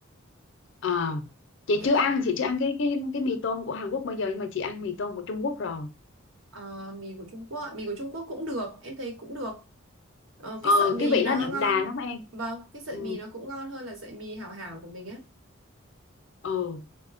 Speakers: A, on the left (about 60°); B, on the right (about 75°).
A: à, chị
B: em
A: chưa ăn
B: thích
A: chị chưa ăn cái cái cái mì tôm của Hàn Quốc bao giờ nhưng mà chị ăn mì tôm của Trung Quốc rồi
B: ờ, mì của Trung Quốc mì của Trung Quốc cũng được em thấy cũng được Ờ,
A: ừ,
B: cái sợi mì
A: cái vị
B: nó
A: nó đậm
B: ngon
A: đà lắm em
B: vâng cái sợi
A: ừ,
B: mì nó cũng ngon hơn là sợi mì hảo hảo của mình á
A: ừ.